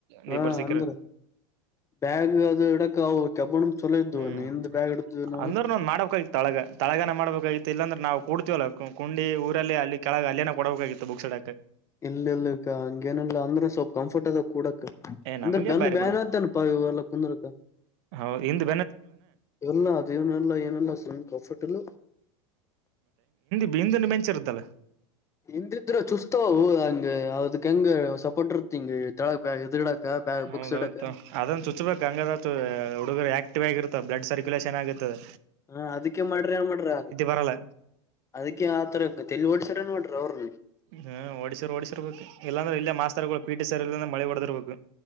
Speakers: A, on the right; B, on the left.
A: ನೀಬ್
B: ಹಾ
A: ಬರ್ ಸಿಕ್ಕರ
B: ಅಂದ್ರ ಬ್ಯಾಗ್ ಅದು ಇಡಕ ಅವು ಕೆಬಣ ಚಲೋ ಇದವು
A: ಹ್ಮ್
B: ನಿಂದ್ ಬ್ಯಾಗ್ ಇಡತವಿ ನಾವು
A: ಅಂದ್ರ ನಾನ್ ಮಾಡ್ಬೇಕಾಗಿತ್ತು ತಳಗ ತಳಗನ ಮಾಡ್ಬೇಕಾಗಿತ್ತು ಇಲ್ಲ ಅಂದ್ರೆ ನಾವುೂಡ್ತಿವಲ್ಲ ಕುು ಊರಲ್ಲಿ ಅಲ್ಲಿ ಕೆಳಗೆ ಅಲ್ಲಿೇನ ಕೊಡಬೇಕಾಗಿತ್ತು ಬಕ್ಸ್ಡಕ್
B: ಇಲ್ಲ ಇಲ್ ಹಂಗೇನಿಲ್ಲ ಅಂದ್ರೆ ಸ್ವಲ್ಪ ಕಂಫರ್ಟ್ ಅದ ಕೂಡಕ್
A: ಏ
B: ಅಂದ್ರೆ
A: ನಮಗೆ
B: ಬಂದು
A: ಬಾರಿ
B: ಬೇತೇ ದಲ್ಲ ಪುಕ
A: ಹೌದು
B: ಎಲ್ಲ ಅದೇನೆಲ್ಲ ಏನೆಲ್ಲ ಸಮ ಕಫರ್ಟಲ್ಲ
A: ಹಿಂದ ಮೆಂಚಿರುದಲ್ಲ
B: ಹಿಂದಿದ್ರರು ಚೂಸ್ತಾವ ಹಂಗ ಅದಕ ಹೆಂಗ ಸ್ ಪಟ್ಟರುತಳ ಇದು ಇಡಾಕ್ಕ ಬಾಗ
A: ಹೌದೌದು
B: ಬುಕ್ಸ್ ಇಡಾಕ್ಕ
A: ಅದನ್ ಚುಚ್ಬೇಕ್ ಹಂಗದ ಹುಡುಗರು ಆಕ್ಟಿವ್ ಆಗಿರುತ್ತ ಬಲಡ್ ಸರ್ಕುಲೇಷನ್ ಆಗತ್ತದೆ
B: ಹಾ ಅದಕ್ಕೆ ಮಾಡ್ರಿ ಏನ್ ಮಾಡ್ರಿ ಅ
A: ಬರಲ್ಲ
B: ಅದಕ್ಕೆ ಆತರ ಲ್ಲಿ ಓಡ್ಸರ ನೋರಿ ಅವ್ರನು
A: ಹ್ಮ್ ಓಡಿಸಿರ್ ಓಡಿಸಿರ್ಬೇಕು ಇಲ್ಲಾಂದ್ರೆ ಇಲ್ಲ ಮಾಸ್ತರ್ಗಳು ಪಿಟಿ ಸರ್ ಇಲ್ಲ ಅ್ರೆ ಮಳಿ ಹೊಡದಿರ್ಬೇಕು